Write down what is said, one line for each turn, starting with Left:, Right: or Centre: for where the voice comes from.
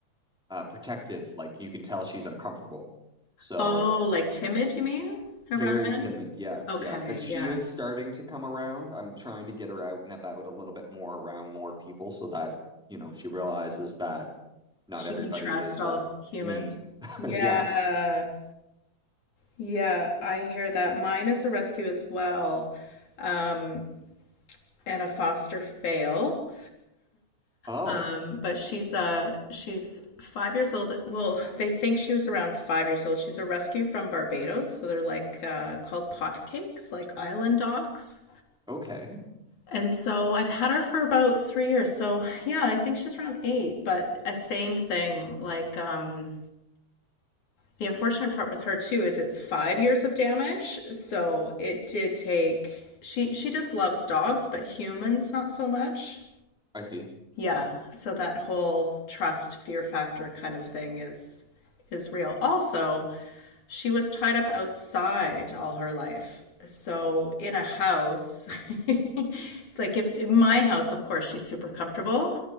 Centre: uh, protective. Like you can tell she's uncomfortable. So
Left: Oh, like timid, you mean? Around
Centre: very
Left: men?
Centre: timid. Yeah,
Left: Okay,
Centre: yeah. But she
Left: yeah.
Centre: is starting to come around. I'm trying to get her out and about a little bit more around more people so that, you know, she realizes that not
Left: She
Centre: everybody
Left: can trust
Centre: is
Left: all
Centre: uh
Left: humans.
Centre: mean. <laughs>
Left: Yeah.
Centre: Yeah.
Left: Yeah, I hear that. Mine is a rescue as well, um, and a foster fail. <laughs>
Centre: Oh,
Left: Um, but she's uh she's five years old. Well, <laughs> they think she was around five years old. She's a rescue from Barbados, so they're like uh, called pot cakes, like island dogs.
Centre: okay.
Left: And so I've had her for about three years. So yeah, I think she's around eight. But a same thing. Like um, the unfortunate part with her too is it's five years of damage. So it did take. She she just loves dogs, but humans not so much.
Centre: I see.
Left: Yeah. So that whole trust fear factor kind of thing is is real. Also, she was tied up outside all her life. So in a house, <laughs> like if in my house, of course, she's super comfortable,